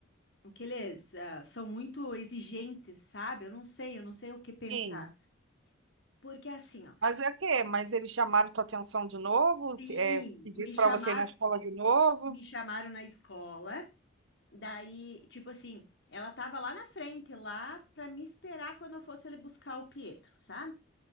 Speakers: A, on the left (about 60°); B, on the right (about 75°).
A: aqueles, ah, são muito exigentes, sabe? Eu não sei, eu não sei o que pensar.
B: Sim.
A: Porque assim, ó,
B: Mas é o quê? Mas eles chamaram tua atenção de novo?
A: sim,
B: É, pediram
A: me chamaram
B: pra você ir na escola de novo?
A: me chamaram na escola. Daí, tipo assim, ela tava lá na frente, lá pra me esperar quando eu fosse ali buscar o Pietro, sabe?